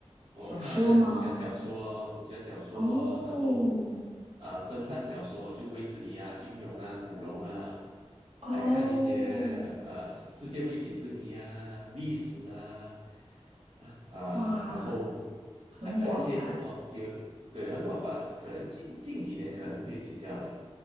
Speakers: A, on the right (about 55°); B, on the right (about 85°).
A: 我看武侠小说、
B: 小说吗？
A: 武侠小说，
B: 哦
A: 然后啊、侦探小说，就卫斯理啊、金庸啊、古龙啊，
B: 哦，
A: 还看一些呃世界未解之谜啊、历史啊啊啊然后
B: 哇，很广泛，
A: 还还一些什么，比如对很广泛，可能近近几年可能会比较